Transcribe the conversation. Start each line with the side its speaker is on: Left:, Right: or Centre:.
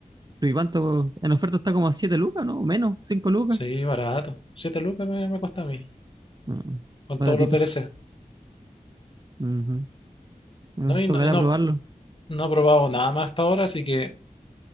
Right: ¿Pero y cuánto? En oferta está como a 7 lucas, ¿no? O menos, 5 lucas.
Left: Sí, barato. 7 lucas me, me cuesta a mí,
Right: Ah,
Left: con
Right: baratito.
Left: todos los DLC.
Right: Ujú. Bueno,
Left: No, y
Right: tocará
Left: no, y no,
Right: probarlo.
Left: no he probado nada más hasta ahora, así que